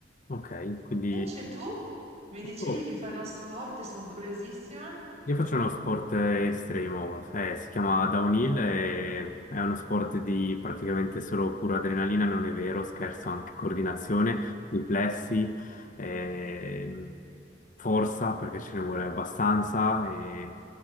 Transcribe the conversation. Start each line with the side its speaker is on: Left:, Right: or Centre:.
Left: Ok, quindi
Right: Invece tu mi dicevi
Left: oh,
Right: che fai uno sport e sono curiosissima.
Left: io faccio uno sport estremo, eh, si chiama downhill, e è uno sport di praticamente solo pura adrenalina, non è vero, scherzo, anche coordinazione, riflessi, ehm, forza perché ce ne vuole abbastanza. E